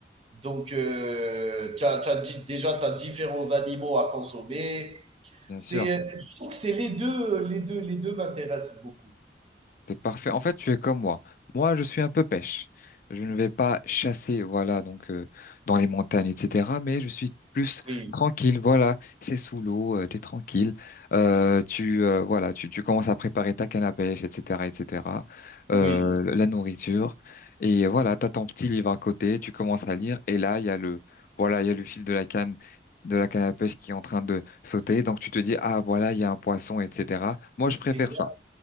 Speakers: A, on the right; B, on the left.
A: Donc, euh, tu as, di- déjà tu as différents animaux à consommer.
B: Bien
A: C'est,
B: sûr.
A: euh, je trouve que c'est les deux, les deux, les deux m'intéressent beaucoup.
B: T'es parfait. En fait, tu es comme moi. Moi, je suis un peu pêche. Je ne vais pas chasser, voilà, donc euh, dans les montagnes, etc. Mais je suis plus
A: Oui,
B: tranquille, voilà. C'est sous l'eau, euh, t'es tranquille. Euh, tu, euh, voilà, tu, tu commences à préparer ta canne à pêche, etc., etc.
A: oui,
B: Euh, la nourriture et voilà, t'as ton petit livre à côté. Tu commences à lire et là, il y a le, voilà, il y a le fil de la canne, de la canne à pêche qui est en train de sauter. Donc tu te dis, ah voilà, il y a un poisson, etc. Moi, je préfère
A: exact,
B: ça.